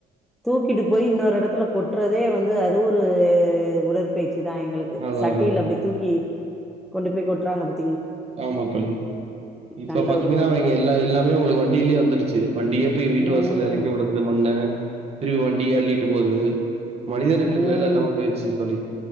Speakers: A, in the centre; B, on the right (about 35°).
A: தூக்கிட்டு போய் இன்னொரெடத்துல கொட்றதே வந்து அது ஒரு உடற்பை இதா எங்களுக்கு
B: அதா
A: சட்டியில
B: அதா அதா
A: அப்டி தூக்கி கொண்டு போய் கொட் ட்ராங்க பத்
B: ஆமாந்தோழி இப்ப
A: நல்ல
B: பாத்தீங்கன்னா
A: ஒரு
B: இங்க எல்லா எல்லாமே உங்களுக்கு வண்டியிலே வந்துருச்சு வண்டியே போய் வீட்டு
A: ம்
B: வாசல்ல எறக்கி உட்றது மண்ண பிரிவு வண்டி அள்ளிட்டு போகுது மனிதர்களுகு
A: ம்
B: வேல இல்லாம போயிருச்சு தோழி